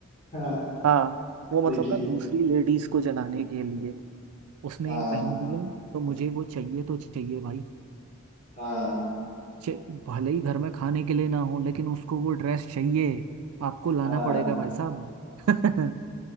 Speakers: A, on the left; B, on the right.
A: हाँ
B: हाँ वो मतलब
A: लेकिन
B: ना दूसरी लेडीज को जलाने के लिए उसने
A: हाँ
B: ये पहनी है तो मुझे वो चाहिए तो चाहिए भाई
A: हाँ
B: चे- भले ही घर में खाने के लिए ना हो लेकिन उसको वो ड्रेस चाहिए आपको लाना
A: हाँ
B: पड़ेगा भाई साहब <laughs>